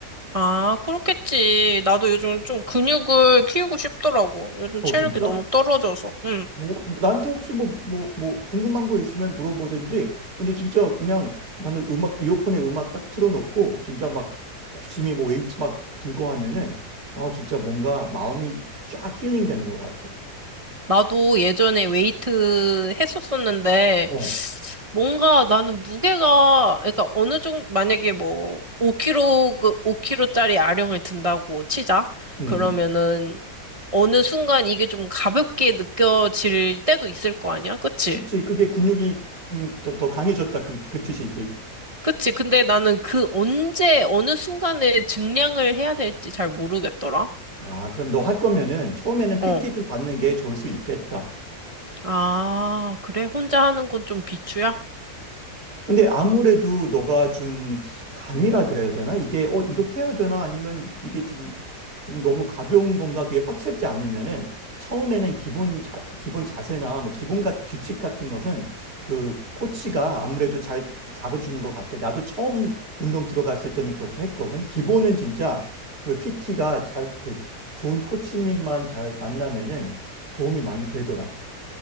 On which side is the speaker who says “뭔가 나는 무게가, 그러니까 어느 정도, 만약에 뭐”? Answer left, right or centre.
Right